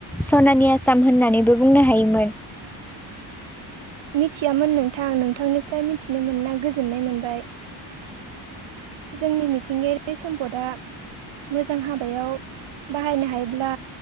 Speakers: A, in the centre; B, on the right.
A: सनानि आसाम होननानैबो बुंनो हायोमोन।
B: मिथियामोन नोंथां नोंथांनिफ्राय मिथिनो मोना गोजोननाय मोनबाय जोंनि मिथिंगायारि सम्पदआ मोजां हाबायाव बाहायनो हायोब्ला